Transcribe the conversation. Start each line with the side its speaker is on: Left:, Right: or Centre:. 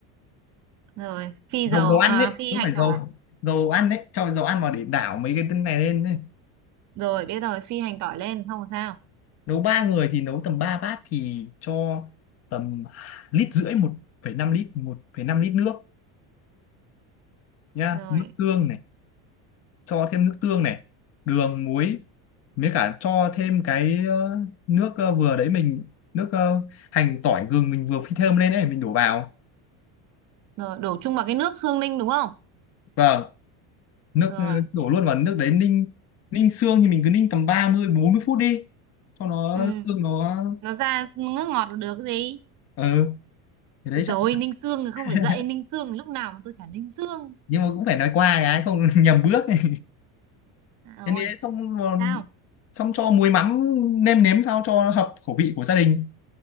Right: rồi phi
Left: dầu
Right: dầu
Left: dầu ăn
Right: à
Left: đấy
Right: phi
Left: chứ
Right: hành
Left: không phải
Right: tỏi
Left: dầu dầu ăn đấy cho dầu ăn vào để đảo mấy cái tinh này lên ấy.
Right: rồi biết rồi phi hành tỏi lên không sao
Left: nấu ba người thì nấu tầm 3 bát thì cho tầm lít rưỡi một phẩy năm lít một phẩy năm lít nước nhá
Right: rồi
Left: nước tương này cho thêm nước tương này đường muối với cả cho thêm cái ờ, nước ờ, vừa đấy mình nước ờ, hành tỏi gừng mình vừa phi thơm lên đấy mình đổ vào
Right: rồi đổ chung vào cái nước xương ninh đúng không
Left: vâng nước
Right: rồi
Left: ờ, đổ luôn vào nước đấy ninh ninh xương thì mình cứ ninh tầm ba mươi bốn mươi phút đi cho nó
Right: ừ
Left: xương nó
Right: nó ra nước ngọt là được cái gì
Left: ờ thì đấy
Right: được rồi
Left: chắc
Right: ninh xương thì không
Left: <laughs>
Right: phải dậy ninh xương lúc nào mà tôi chả ninh xương
Left: nhưng mà cũng phải nói qua cái không <laughs> nhầm bước này.
Right: À,
Left: thế
Right: rồi
Left: nên xong rồi-
Right: sao
Left: xong cho muối mắm nêm nếm sao cho hợp khẩu vị của gia đình